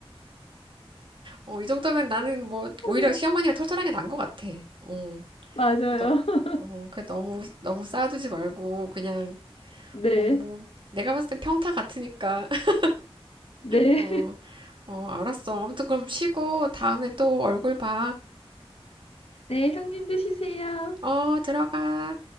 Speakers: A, on the right; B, on the left.
A: 어, 이 정도면 나는 뭐, 오히려
B: 네,
A: 시어머니가 털털한 게 난 것 같아. 어,
B: 맞아요.
A: 그래, 너,
B: <laughs>
A: 어, 그래, 너무, 너무 쌓아두지 말고, 그냥,
B: 네,
A: 어, 뭐, 내가 봤을 땐 평타 같으니까. <laughs>
B: 네,
A: 어, 어, 알았어. 아무튼 그럼 쉬고, 다음에 또 얼굴 봐.
B: 네, 형님도 쉬세요.
A: 어, 들어가.